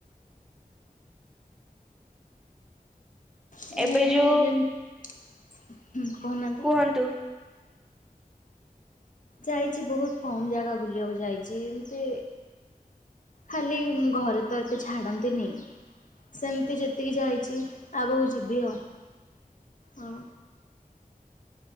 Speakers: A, on the left; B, in the centre.
A: ମାନେ
B: ଏବେ ଯୋଉ
A: ଯେମ କହୁନାହାନ୍ତି।
B: କୁହନ୍ତୁ
A: ଯାଇଛି ବହୁତ କମ ଜାଗା ବୁଲିବାକୁ ଯାଇଛି ଏମିତି ଖାଲି ଘରେ ତ ଏତେ ଛାଡନ୍ତିନି ସେମିତି ଯେତିକି ଯାଇଛି ଆଗକୁ ଯିବି ଆଉ ହଉ।